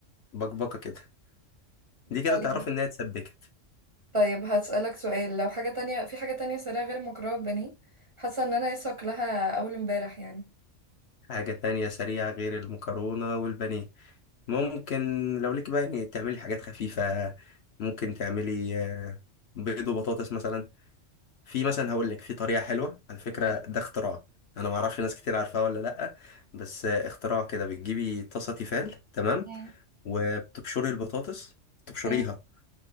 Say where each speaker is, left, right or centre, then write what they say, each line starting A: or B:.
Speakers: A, on the left; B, on the right.
A: بقبقه كده دي كده
B: طيب
A: تعرف انها اتسبكت
B: طيب هسألك سؤال لو حاجة تانية في حاجة تانية سريعة غير المكرونة ببانيه حاسة ان انا لسه واكلاها اول امبارح يعني
A: حاجه تانية سريعه غير المكرونه والبانيه ممكن لو ليك بقى يعني تعملي حاجات خفيفه ممكن تعملي آه، بيض وبطاطس مثلا في مثلا هقول لك في طريقه حلوه على فكره
B: مم،
A: ده اختراع انا ما اعرفش ناس كتير عارفاه ولا لا بس آه، اختراع كده بتجيبي طاسه تيفال تمام
B: مم،
A: وبتبشري البطاطس تبشريها
B: مم،